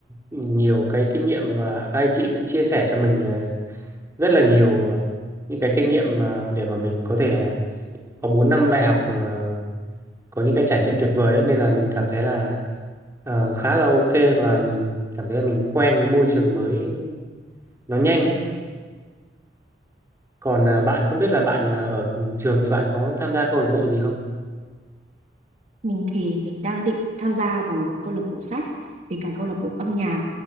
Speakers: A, on the right; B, on the right.
A: nhiều cái kinh nghiệm và các anh chị cũng chia sẻ cho mình ờ, rất là nhiều ờ, những cái kinh nghiệm mà để mà mình có thể có 4 năm đại học ờ, có những cái trải nghiệm tuyệt vời ấy, nên là mình cảm thấy là ờ, khá là ok và mình cảm thấy là mình quen với môi trường mới nó nhanh ấy. Còn ờ, bạn không biết là bạn ờ, ở trường thì bạn có tham gia câu lạc bộ gì không?
B: Mình thì mình đang định tham gia vào câu lạc bộ sách với cả câu lạc bộ âm nhạc